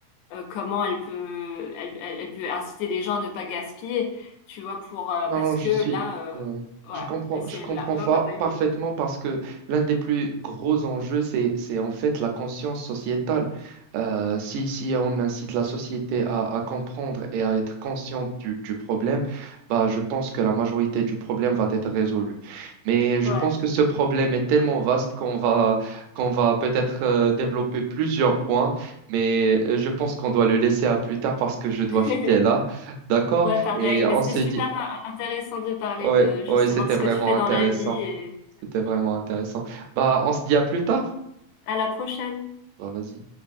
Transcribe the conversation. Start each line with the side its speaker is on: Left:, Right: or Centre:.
Left: euh, comment elle peut, elle, elle- elle peut inciter les gens à ne pas gaspiller, tu vois, pour euh,
Right: Non,
Left: parce
Right: non, je
Left: que
Right: suis.
Left: là, euh,
Right: ouais. Je
Left: ouais,
Right: comprends,
Left: c'est
Right: je comprends
Left: là, là,
Right: fa-
Left: on n'a pas eu
Right: parfaitement
Left: d'eau.
Right: parce que l'un des plus gros enjeux, c'est, c'est en fait la conscience sociétale. Euh, si, si on incite la société à, à comprendre et à être consciente du, du problème, bah, je pense que la majorité du problème va être résolue. Mais je
Left: Ouais.
Right: pense que ce problème est tellement vaste qu'on va, qu'on va peut-être euh, développer plusieurs points, mais euh, je pense qu'on doit le laisser à plus tard parce que je dois
Left: <laughs>
Right: filer là. D'accord?
Left: Ouais, pareil.
Right: Et
Left: Mais
Right: on
Left: c'était
Right: se
Left: super
Right: dit.
Left: in- intéressant de parler
Right: Ouais,
Left: de justement
Right: ouais, c'était
Left: de ce
Right: vraiment
Left: que tu fais
Right: intéressant.
Left: dans la vie et
Right: C'était vraiment intéressant. Bah, on se dit à plus tard.
Left: à la prochaine.
Right: Bah, vas-y.